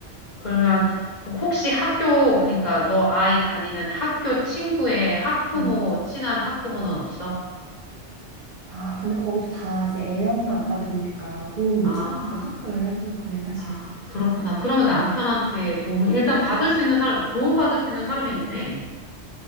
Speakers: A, on the left (about 45°); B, on the right (about 50°).
A: 그러면 혹시 학교, 그러니까 너 아이 다니는 학교 친구의 학부모,
B: 응.
A: 친한 학부모는 없어?
B: 아, 근데 거기도 다 이제 애 엄마 아빠들이니까 도움을
A: 아.
B: 요청하니까 조금 좀 그래 사실.
A: 아, 그렇구나. 그러면 남편한테 도움을, 일단 받을 수 있는 사람, 도움받을 수 있는 사람이 있네.